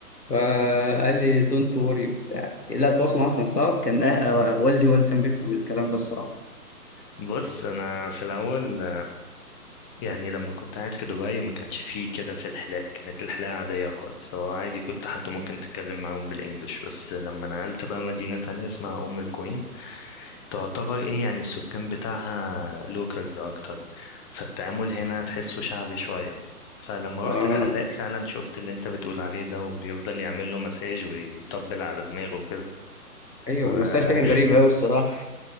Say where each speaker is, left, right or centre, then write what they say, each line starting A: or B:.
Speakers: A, on the left; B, on the left.
A: فقال لي دونت وري بتاع لا التواصل معاه كان صعب كان أه- أه، والدي هو اللي كان بيفهم الكلام ده الصراحة
B: بص انا في الاول يعني لما كنت قاعد في دبي ما كانش فيه كده في الحلاقة كانت الحلاقة عادية خالص هو عادي كنت حتى ممكن تتكلم معاهم بالإنجلش بس لما نقلت بقى مدينة تانية اسمها أم القوين تعتبر إيه يعني السكان بتاعها لوكالز أكتر فالتعامل هنا تحسه شعبي شوية فلما
A: آه
B: رحت الحلاق فعلا شفت اللي انت بتقول عليه ده وبيفضل يعمل له مساج ويطبل على دماغه
A: أيوه
B: كده
A: المساج ده كان غريب أوي الصراحة